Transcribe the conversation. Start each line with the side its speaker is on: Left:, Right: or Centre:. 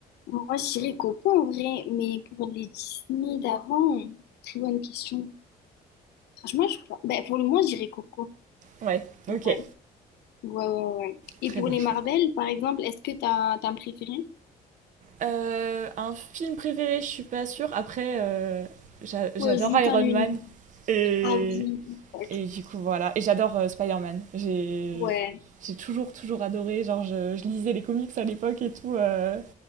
Left: moi, je dirais Coco en vrai, mais pour les Disney d'avant, très bonne question. Franchement, je... ben, pour le moment, je dirais Coco.
Right: Ouais. Ok.
Left: Ouais. Ouais, ouais, ouais. Et
Right: Très
Left: pour
Right: bon
Left: les
Right: choix.
Left: Marvel, par exemple, est-ce que t'as, t'as un préféré?
Right: Euh, un film préféré, je suis pas sûre. Après, euh, j'a- j'adore
Left: Ou juste
Right: Iron
Left: un univers?
Right: Man et
Left: Ah oui, ok.
Right: Et du coup, voilà. Et j'adore euh, Spider-Man. J'ai
Left: ouais,
Right: j'ai toujours, toujours adoré. Genre, je, je lisais les comics à l'époque et tout euh,